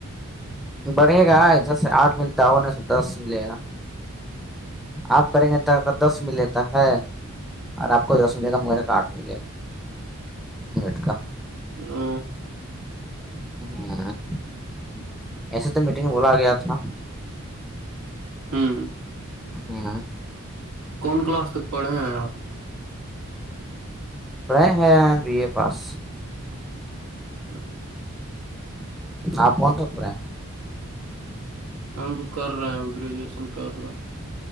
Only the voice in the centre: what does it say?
بڑھے گا جیسے آٹھ ملتا ہونے سے دس ملے گا آپ کریں گے د کا دس م لیتا ہے اور آپ کو دس ملے گا میر کا آٹھ ملے گا مٹ کا
<inaudible> ایسے تو میٹنگ میں بولا آ گیا تھا
ہاں
پڑے ہیں بی اے پاس
ہاںپن توک رہے ہیں